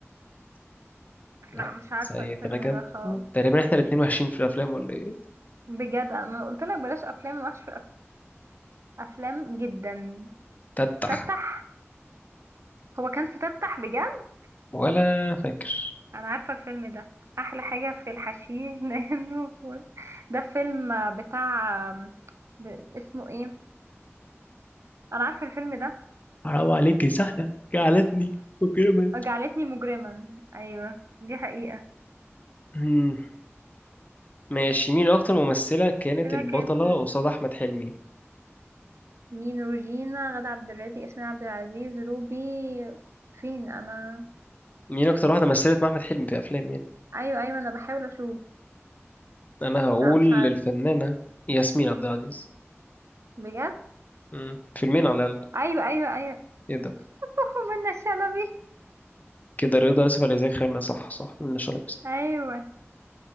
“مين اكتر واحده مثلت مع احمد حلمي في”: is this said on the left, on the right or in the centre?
Left